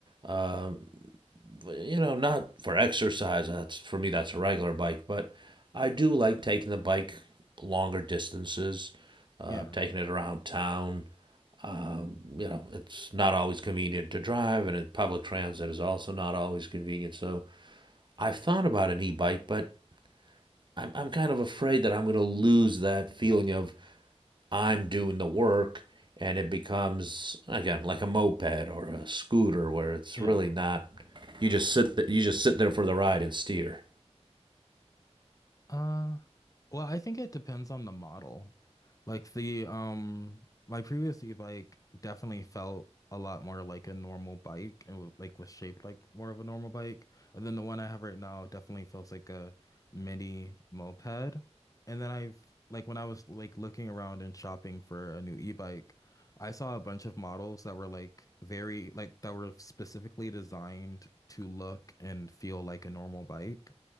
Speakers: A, on the right (about 40°); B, on the left (about 30°).
A: Um, you know, not for exercise. That's for me. That's a regular bike, but I do like taking the bike longer distances, uh,
B: yeah.
A: taking it around town. Um, you know, it's not always convenient to drive, and in public transit is also not always convenient. So I've thought about an e-bike, but I'm I'm kind of afraid that I'm going to lose that feeling of I'm doing the work and it becomes again like a moped or a scooter where it's
B: Yeah.
A: really not you just sit th- you just sit there for the ride and steer
B: Uh, well, I think it depends on the model. Like the um my previous e-bike definitely felt a lot more like a normal bike and wa- like was shaped like more of a normal bike. And then the one I have right now definitely feels like a mini moped. And then I've like when I was like looking around and shopping for a new e-bike, I saw a bunch of models that were like very like that were specifically designed to look and feel like a normal bike.